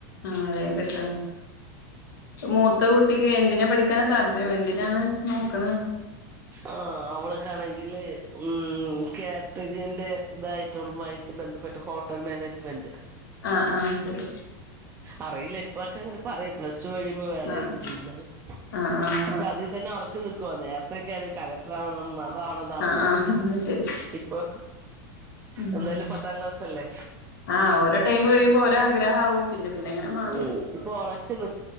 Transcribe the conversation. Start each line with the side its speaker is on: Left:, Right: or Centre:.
Left: ആ വേഗ മൂത്ത കുട്ടിക്ക് എന്തിന പഠിക്ക എനെ താല്പര്യം എന്തിനാണ് നോക്കണ
Right: ആ അവളക്കാണെങ്കില് ഉം കാടഗിന്റെ ഇതായിട്ടുള്ളമായിട്ട് ബന്ധപ്പെട്ട് ഹോട്ടൽ മാനേജ്മെന്റ്
Left: ആഹ ആഹ ശരി
Right: അറിയില്ല ഇപ്പൊക്കെ അങ്ങനെ പറയും പ്ലസ് ടു കഴിയുമ്പോ വേറെ
Left: ആഹ്
Right: ആക്കും തീരുമാനം
Left: ആഹ് ആഹ്
Right: ഇപ്പൊ അതിൽ തന്നെറ വച്ച് നൽക്കുവവാ നേരത്തെക്കെ കലക്ടർവണം അതാവണംന്താവണെന്നോ
Left: ആഹ് ആഹ് ശരി
Right: ഇപ്പൊ
Left: ഉം
Right: എന്തായാലും പത്താം ക്ലാസല്ലേ
Left: ആഹ് ഓരോ ടൈം കഴിയുമ്പോ ഓരോ ആഗ്രഹം
Right: <unintelligible>
Left: ആവും പിന്നെ പിന്നെ അങ്ങനെ മാറും